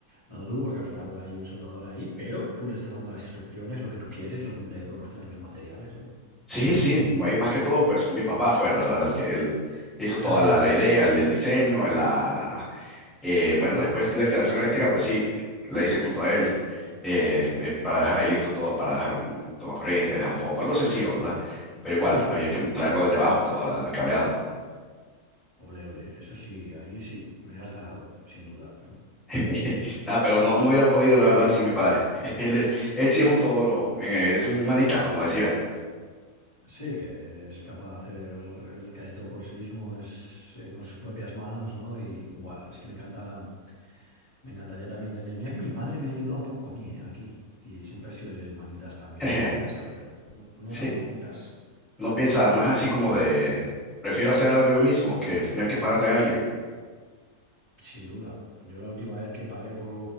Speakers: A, on the left (about 25°); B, in the centre.
A: no tú, porque al final hay un soldador ahí, pero tú le estás dando las instrucciones, lo que tú quieres, los- le proporcionas los materiales, ¿no?
B: sí, sí, y más que todo pues mi papá fue, el ¿verdad? El que él hizo toda
A: <laughs>
B: la,
A: Ah, amigo.
B: la idea, el del diseño, el- la, la- Eh, bueno,
A: Eh,
B: después la instalación eléctrica, pues sí, la hice junto a él, eh, eh, para dejar ahí listo todo, para dejar un tomacorriente, dejar un foco, algo sencillo, ¿verdad? Pero igual,
A: ole,
B: había que traerlo desde abajo, todo la- el cableado.
A: ole, ole. Eso sí, ahí sí, me has ganado, sin duda.
B: <laughs> Ah, pero no, no hubiera podido, la verdad, sin mi padre. <laughs> Él es, él sí es un todólogo, eh, es un manitas, como decías.
A: Sí, que es capaz de hacer el casi todo por sí mismo, es eh, con sus propias manos, ¿no? Y, buah, es que me encanta. Me encantaría también tener. Mira que mi padre me ha ayudado poco a mí, ¿eh? Aquí. Y siempre ha sido el el manitas también
B: <laughs>
A: de la casa, pero no
B: Sí,
A: tan manitas,
B: no piensa, no es así como de, prefiero hacer algo yo mismo que tener que pagarle a alguien.
A: sin duda. Yo la última vez que pagué por